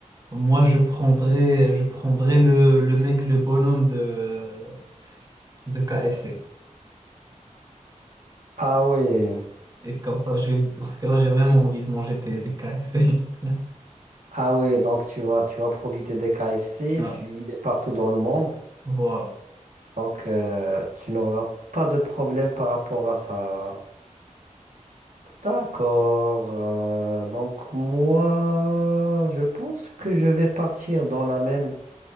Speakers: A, on the right; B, on the right.
A: moi, je prendrais, je prendrais le, le mec, le bonhomme de, de KFC.
B: Ah ouais.
A: Et comme ça, j'ai, parce que là, j'ai vraiment envie de manger des, des KFC. <laughs>
B: Ah ouais, donc tu vas, tu vas profiter des KFC,
A: Ouais,
B: tu y es partout dans le monde.
A: voilà.
B: Donc euh, tu n'auras pas de problème par rapport à ça. D'accord. euh, donc moi, je pense que je vais partir dans la même.